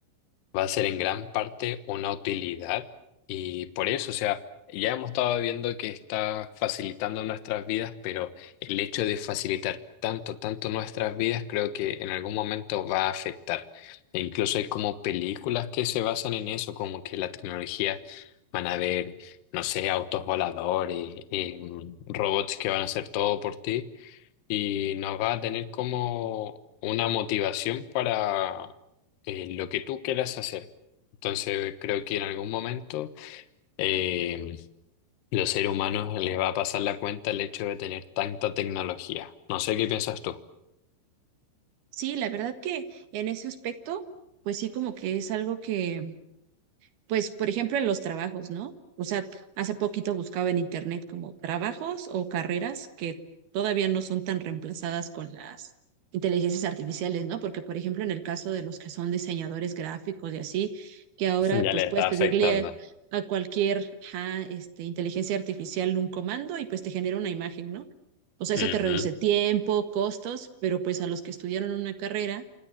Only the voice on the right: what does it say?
Sí, la verdad que en ese aspecto, pues sí, como que es algo que pues, por ejemplo, en los trabajos, ¿no? O sea, hace poquito buscaba en internet como trabajos o carreras que todavía no son tan reemplazadas con las inteligencias artificiales, ¿no? Porque, por ejemplo, en el caso de los que son diseñadores gráficos y así, que ahora
pues
puedes
pedirle
a, a cualquier ajá, este, inteligencia artificial un comando y pues te genera una imagen, ¿no? O sea,
eso te reduce tiempo, costos, pero pues a los que estudiaron una carrera,